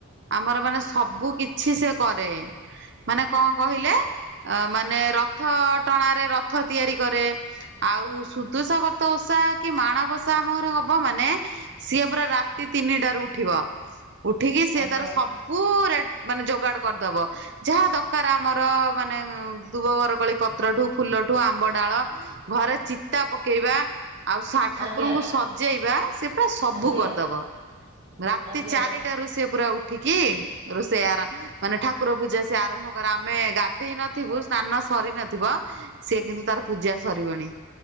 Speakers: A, on the right; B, on the right.
A: ଆମର ମାନେ ସବୁ କିଛି ସେ କରେ। ମାନେ କଣ କହିଲେ, ଅ ମାନେ ରଥ ଟଣାରେ, ରଥ ତିଆରି କରେ ଆଉ ସୁଦୁଷାବର୍ତ ଓଷା କି ମାଣବଷା ଆମ ଘରେ ହବ ମାନେ ସିଏ ପୁରା ରାତି ତିନିଟାରୁ ଉଠିବ। ଉଠିକି ସିଏ
B: ଆଜ୍ଞା
A: ତାର ସବୁ ରେ-ମାନେ ଯୋଗାଡ଼ କରିଦବ। ଯାହା କାର, ଆମର ମାନେ ଦୁବ ବରକଳି ପତ୍ରଠୁ, ଫୁଲଠୁ ଆମ୍ବ ଡାଳ ଘରେ ଚିତା ପକେଇବା ଆଉ ସା-ଠାକୁରଙ୍କୁ
B: ଆଜ୍ଞା
A: ସଜେଇବା ସେ ପୁରା ସବୁ
B: ଆଜ୍ଞା
A: କରିଦବ। ରାତି
B: ଆଜ୍ଞା
A: ଚାରିଟାରୁ ସିଏ ପୁରା ଉଠ ଠିକି ରୋଷେଇରା ମାନେ ଠାକୁର ପୂଜା ସେ ଆରମ୍ଭ ଆମେ ଗାଧେଇ ନଥିବୁ ସ୍ନାନ ସରି ନଥିବ ସି କିନ୍ତୁ ତାର ପୂଜା ସରିବଣି।